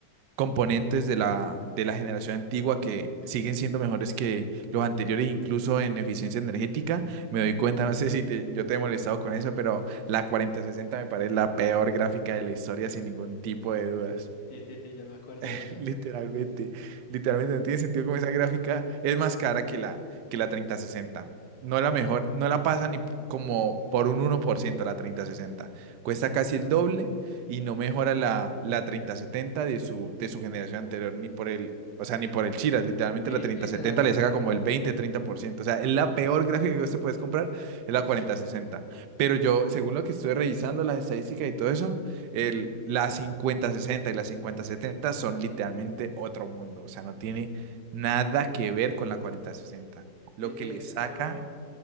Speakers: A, on the right (about 65°); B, on the left (about 50°).
A: componentes de la, de la generación antigua que siguen siendo mejores que los anteriores, incluso en eficiencia energética, me doy cuenta, <laughs> no sé si te- yo te he molestado con eso, pero la cuarenta sesenta me parece la peor gráfica de la historia sin ningún tipo de dudas.
B: Sí, sí, sí, yo me acuerdo de
A: <laughs>
B: eso.
A: Literalmente, literalmente no tiene sentido como esa gráfica es más cara que la, que la 3060. No la mejor, no la pasa ni p- como por un 1% la 3060. Cuesta casi el doble y no mejora la, la 3070 de su, de su generación anterior, ni por el, o sea, ni por el Chiras. Literalmente
B: Sí,
A: la 3070
B: sí, literalmente.
A: le saca como el 20-30%. O sea, es la peor gráfica que vos te puedes comprar, es la 4060. Pero yo, según lo que estuve revisando, las estadísticas y todo eso, el, la cincuenta sesenta y la cincuenta setenta son literalmente otro mundo, o sea, no tiene nada que ver con la cuarenta sesenta Lo
B: Sí, sí,
A: que le saca
B: eso,